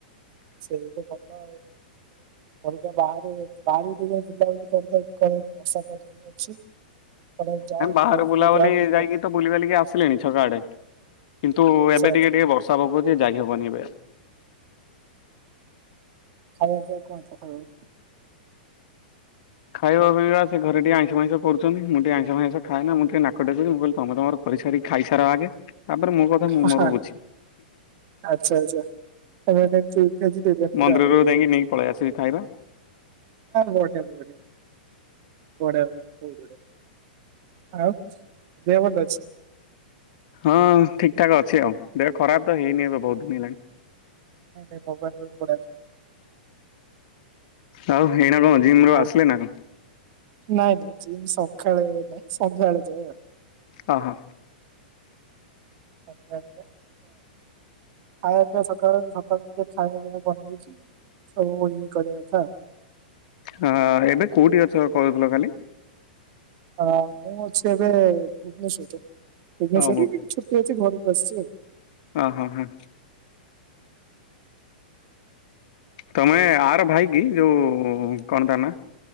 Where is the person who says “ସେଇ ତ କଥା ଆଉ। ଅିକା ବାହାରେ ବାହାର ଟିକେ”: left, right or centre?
Right